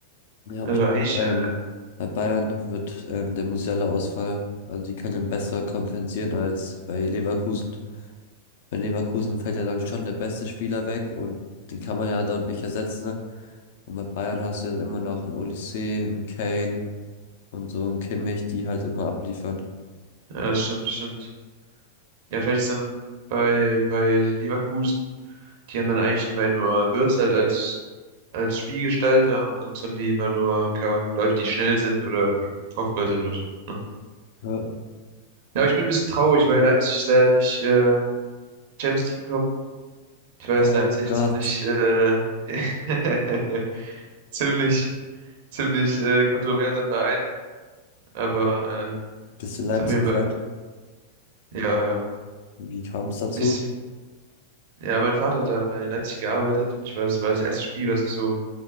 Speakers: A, on the left (about 65°); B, on the right (about 60°).
A: Ja, aber
B: Also
A: ich
B: eigentlich,
A: glaube, ähm,
B: äh,
A: bei Bayern wird ähm, der Musiala-Ausfall, also die können ihn besser kompensieren als bei Leverkusen. Bei Leverkusen fällt ja dann schon der beste Spieler weg und den kann man ja dort nicht ersetzen. Ne? Und bei Bayern hast du ja dann immer noch einen Olise, einen Kane und so einen Kimmich, die halt immer abliefern.
B: ja, das stimmt, stimmt. Ja, vielleicht ist dann bei, bei Leverkusen, die haben dann eigentlich immer nur Wirtz halt als, als Spielgestalter und sonst haben die immer nur, keine Ahnung, Leute, die schnell sind oder irgendwie gut im Kopfball sind oder so. Ne?
A: Ja.
B: Ja, aber ich bin ein bisschen traurig, weil Leipzig ist leider nicht äh, Champions League gekommen. Ich weiß,
A: Oh
B: Leipzig
A: Gott,
B: ziemlich, äh, <laughs> ziemlich, ziemlich äh, kontroverser Verein, aber äh,
A: bist du Leipzig-Fan?
B: ist auf jeden Fall, ja, ja.
A: Wie kam es dazu?
B: Sich Ja, mein Vater hat da mal in Leipzig gearbeitet. Ich weiß, es war das erste Spiel, was ich so,